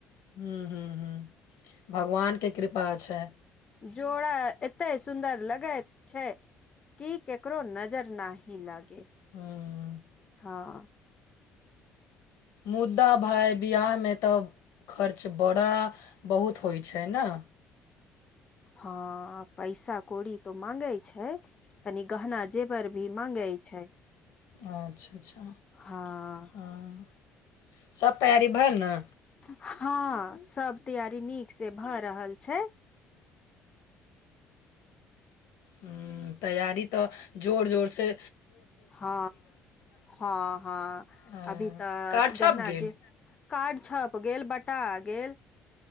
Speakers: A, on the left; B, on the left.
A: हम्म हम्म हम्म भगवानके कृपा छै
B: जोड़ा एते सुन्दर लगैत छै की केकरो नजर ना ही लागे
A: हुँ,
B: हँ
A: मुद्दा भाय बिहाराहमे तऽ खर्च बड़ा बहुत होइ छै नए
B: हँ पैसा कौड़ी तो मांगे छै तनी गहना जेवर भी मांगे छै
A: अच्छा अच्छा
B: हँ
A: हँ सब तैयारी भेल ने
B: हँ सब तैयारी नीक से भऽ रहल छै
A: ह तैयारी तऽ जोर जोरसँ
B: हँ हँ हँ
A: अ,
B: अभी तऽ
A: कार्ड छप
B: गहना
A: गेल?
B: जे कार्ड छप गेल बटा गेल